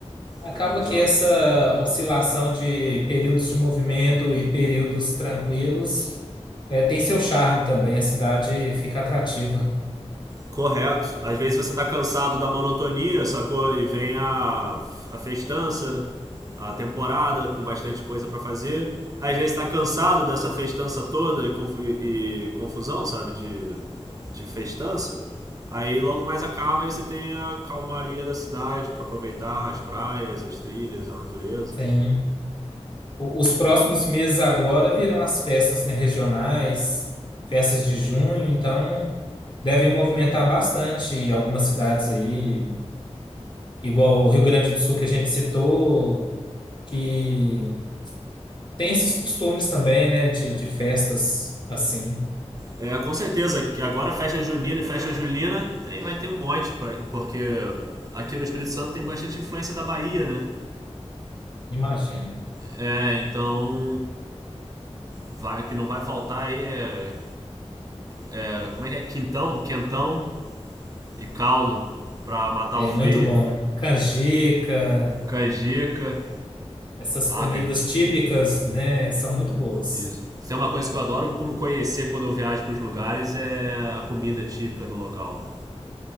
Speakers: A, on the left; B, on the right.
A: Acaba
B: Tô aqui há uns
A: que
B: anos
A: essa
B: já.
A: oscilação de períodos de movimento e períodos tranquilos eh, tem seu charme também. A cidade fica atrativa.
B: Correto. Às vezes você tá cansado da monotonia, sacou? E vem a, a festança, a temporada com bastante coisa pra fazer. Às vezes tá cansado dessa festança toda e, confu- e confusão, sabe? De, de festança. Aí logo mais acaba e você tem a calmaria da cidade pra aproveitar as praias, as trilhas, a natureza.
A: Sim. O- Os próximos meses agora virão as festas, né, regionais, festas de junho, então devem movimentar bastante algumas cidades aí, igual o Rio Grande do Sul que a gente citou, que tem esses costumes também, né, de, de festas assim,
B: É, com certeza, que agora festa junina e festa julina tem, vai ter um monte, pra, porque aqui no Espírito Santo tem bastante influência da Bahia, né?
A: imagino.
B: É, então. Vai, o que não vai faltar aí é, é. Como é que é? Quintão, quentão e caldo pra matar
A: É
B: o frio.
A: muito bom. Canjica,
B: Canjica.
A: essas
B: Ah,
A: comidas
B: can-
A: típicas, né, são muito boas.
B: isso. Isso é uma coisa que eu adoro conhecer quando eu viajo pros lugares é a comida típica do local,